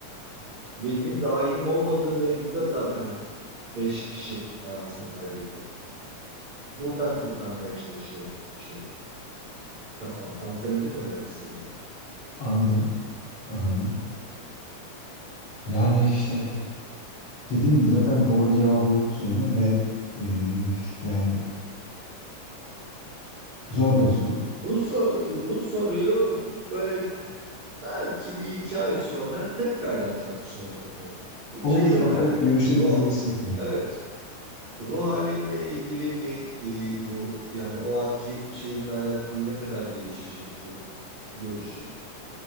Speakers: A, on the right; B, on the left.
A: Benim dahilim olmadığı mevzuda zaten 5 kişi hayatını kaybediyor. Buradan kurtarmaya çalışıyorum şeyi. kafama. Anlatabildim mi ne demek istediğimi?
B: Anladım, anladım. Yani işte Dediğim gibi zaten doğru bir cevabı yok bu sorunun ve e, yani zor da bir soru.
A: Bu, so- bu soruyu böyle belki bir iki ay sonra tekrardan tartışalım bakalım. Bu
B: Olur
A: Şeyi de
B: bakalım
A: merak
B: görüşlerimiz
A: ettim. Ruh,
B: değişecek mi?
A: evet, ruh halimle ilgili mi e, bu yani o anki şeyimle alakalı ne kadar değişecek bu görüşüm